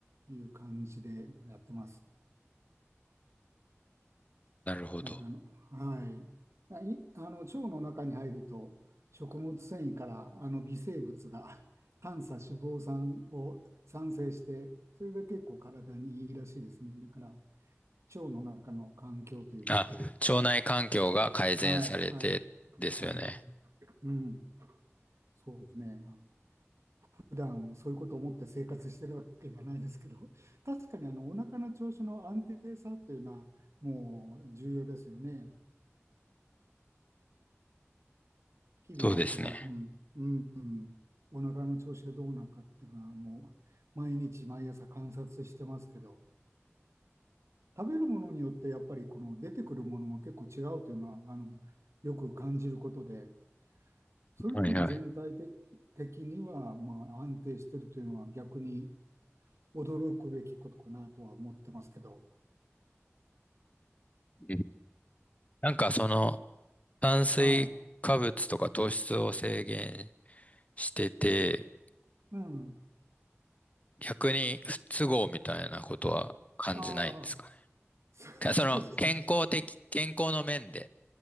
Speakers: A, on the right; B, on the left.
A: いう感じでやってます。
B: なるほど。
A: なんかあの、はい。あい、あの、腸の中に入ると、食物繊維からあの微生物が <laughs> 短鎖脂肪酸を産生して、それが結構体にいいらしいですね。だから、腸の中の環境というのは、
B: あ、腸内環境が改善されてですよね。
A: はい、はい、はい、うん、そうですね。あの普段そういうことを思って生活してるわけじゃないですけど、<laughs> 確かにあのお腹の調子の安定さというのは、もう重要ですよね。日々やっぱり、
B: そうですね。
A: うん、うん、うん、お腹の調子がどうなのかっていうのはもう毎日毎朝観察してますけど、食べるものによってやっぱりこの出てくるものも結構違うというのは、あの、よく感じることで、それでも全体的的にはまあ安定してるというのは逆に
B: はいはい。
A: 驚くべきことかなとは思ってますけど、
B: うんなんかその炭水化物とか糖質を制限
A: は
B: してて、
A: い。うん。
B: 逆に不都合みたいなことは感じないんですかね。
A: ああ、そうですね。
B: かその健康的、健康の面で。